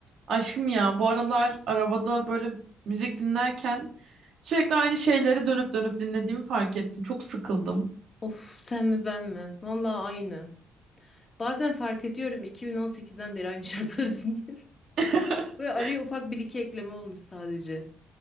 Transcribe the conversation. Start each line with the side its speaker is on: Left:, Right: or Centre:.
Right: Aşkım ya bu aralar arabada böyle müzik dinlerken sürekli aynı şeyleri dönüp dönüp dinlediğimi fark ettim. Çok sıkıldım.
Left: Of sen mi ben mi? Vallahi aynı. Bazen fark ediyorum 2018'den beri aynı şarkıları <laughs> dinliyorum.
Right: <laughs>
Left: Böyle araya ufak bir iki ekleme olmuş sadece.